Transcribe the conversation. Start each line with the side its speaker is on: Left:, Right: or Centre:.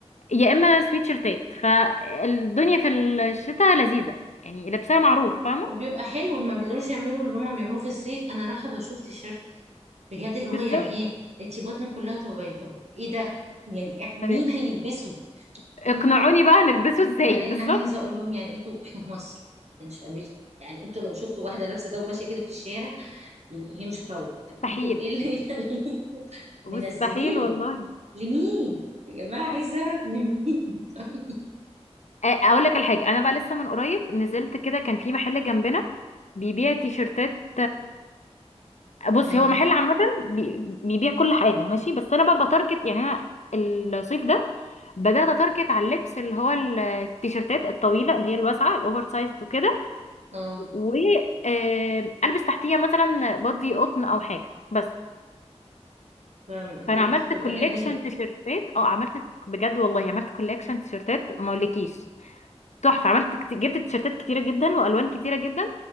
Left: يا اما سويت شيرتات فالدنيا في الشتاء لذيذة يعني لبسها معروف فاهمة
Right: وبيبقى حلو ما بيقدروش يعملوا اللي هم بيعملوه في الصيف انا رايحه بشوف تيشيرت بجد اللي
Left: بالظبط
Right: هو يعني ايه انتي بطنك كلها تبقى باينه طب ايه ده يعني مين
Left: طب
Right: هيلبسه
Left: اقنعوني
Right: بعدين
Left: بقى نلبسه ازاي
Right: بعدين
Left: بالظبط
Right: انا عايزه اقول لهم يعني انتوا احنا في مصر إحنا مش في امريكا يعني انتوا لو شفتوا واحده لابسه ده وماشيه كده في الشارع يعني هي مش هتروح طب
Left: مستحيل
Right: انتوا ايه اللي <laughs> يخليكم
Left: مستحيل
Right: منزلينه
Left: والله
Right: لمين يا جماعة عايزة أعرف لمين <laughs> طيب
Left: أ- اقول لك الحاجة انا بقى لسه من قريب نزلت كده كان في محل جنبنا بيبيع تيشرتات بصي
Right: اه
Left: هو محل عامة بي- بيبيع كل حاجة ماشي بس أنا بقى بتارجت يعني أنا الصيف ده بدأت أتارجت على اللبس اللي هو ال- التيشيرتات الطويلة اللي هي الواسعة الأوفر سايز وكده
Right: اه
Left: وألبس تحتيها مثلا بادي قطن أو حاجة بس
Right: فاهمة. دي
Left: فأنا عملت
Right: دي بتبقى
Left: كوليكشن
Right: جميلة
Left: تيشيرتات أه عملت بجد والله عملت كوليكشن تيشيرتات ما أقولكيش تحفة عملت كت- جبت تيشيرتات كتيرة جدا وألوان كتيرة جدا